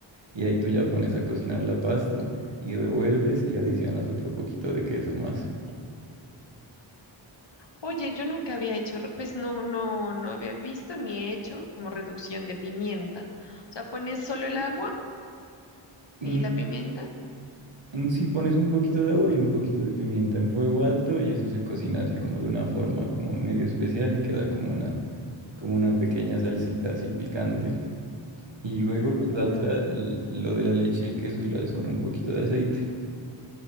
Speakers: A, on the right (about 65°); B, on the left (about 60°).
A: Y ahí tú ya pones a cocinar la pasta y revuelves y le adicionas otro poquito de queso más.
B: Oye, yo nunca había hecho, re- pues no, no, no había visto ni he hecho como reducción de pimienta. O sea, pones solo el agua
A: Mm,
B: y la pimienta.
A: mm, sí, pones un poquito de agua y un poquito de pimienta en fuego alto y eso se cocina así como de una forma como medio especial y queda como una, como una pequeña salsita así picante. Y luego,
B: Mm.
A: pues la otra, l- lo de la leche y el queso, si lo haces con un poquito de aceite.